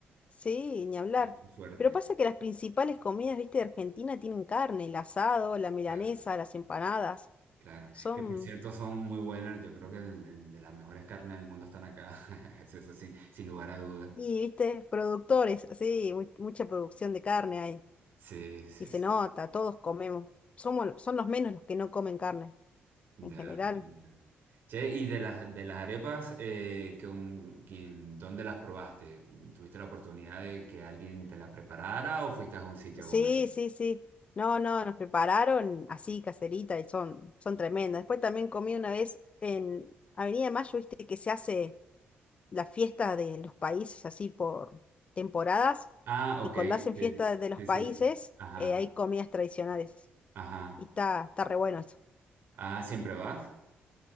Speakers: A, on the left; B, on the right.
A: sí, ni hablar.
B: es muy fuerte.
A: Pero pasa que las principales comidas, viste, de Argentina tienen carne, el asado, la milanesa,
B: Claro,
A: las empanadas.
B: claro.
A: Son,
B: Que por cierto son muy buenas, yo creo que de las mejores carnes del mundo están acá, <laughs> eso sin, sin lugar a dudas.
A: y viste, productores, sí, mu- mucha producción de carne hay.
B: Sí, sí,
A: Y se
B: sí.
A: nota,
B: sí.
A: todos comemos. Somos, son los menos los que no comen carne,
B: Ya,
A: en general.
B: ya. Che, y de las de las arepas, eh, con, quién- ¿dónde las probaste? ¿Tuviste la oportunidad de que alguien te la preparara o fuiste a un sitio
A: Sí,
B: a comer?
A: sí, sí. No, no, nos prepararon así, caserita, y son, son tremendas. Después también comí una vez en Avenida Mayo, viste que se hace la fiesta de los países así por temporadas,
B: Ah, ok,
A: y cuando hacen
B: sí,
A: fiesta de los
B: sí,
A: países,
B: sí, sí. Ajá,
A: eh, hay comidas tradicionales.
B: ajá.
A: Y está, está re bueno eso.
B: Ah, ¿siempre vas?